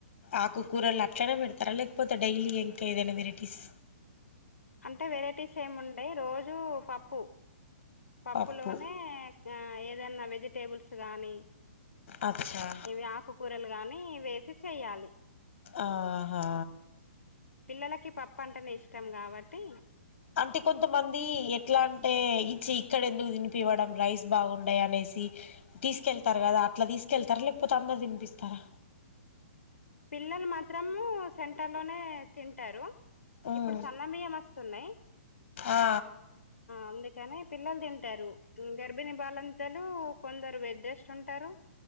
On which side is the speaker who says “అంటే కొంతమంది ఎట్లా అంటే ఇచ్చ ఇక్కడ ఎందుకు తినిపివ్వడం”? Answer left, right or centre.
Left